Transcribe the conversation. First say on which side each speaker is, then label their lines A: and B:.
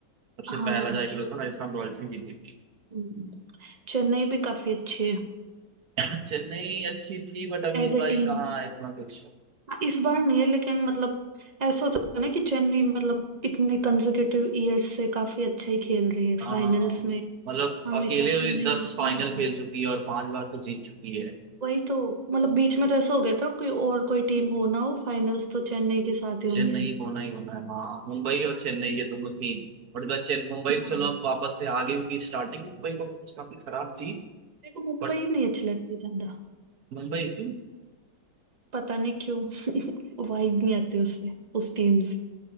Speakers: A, on the right; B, on the right.
A: सबसे
B: हाँ
A: पहला जो आईपीएल
B: शुरू
A: था राजस्थान रॉयल्स ने जीती थी
B: हम्म। चेन्नई भी काफी अच्छी है
A: <laughs> चेन्नई अच्छी थी बट अभी
B: As
A: इस बार
B: a
A: ही
B: team
A: कहाँ है इतना कुछ
B: इस बार नहीं है लेकिन मतलब ऐसा होता है ना कि चेन्नई मतलब इतने कंसेक्यूटिव ईयर्स से काफी अच्छा ही खेल रही है
A: हाँ
B: फाइनल्स में
A: मतलब
B: हमेशा
A: अकेले
B: चेन्नई
A: ये दस
B: रहती
A: फाइनल
B: रहती
A: खेल चुकी है और पांच बार तो जीत चुकी है
B: वही तो मतलब बीच में तो ऐसा हो गया था कोई और कोई टीम हो ना हो फाइनल्स तो चेन्नई के साथ ही
A: चेन्नई
B: होना है
A: होना ही होना है हाँ मुंबई और चेन्नई ये दोनों थी बट इधर चेन मुंबई
B: हम्म।
A: तो चलो अब वापस से आगे की स्टार्टिंग मुंबई परफॉर्मेंस काफी खराब थी
B: मेरे को मुंबई
A: बट
B: नहीं अच्छी लगती ज्यादा
A: मुंबई क्यों
B: पता नहीं क्यों वाइब नहीं आती उससे उस टीम से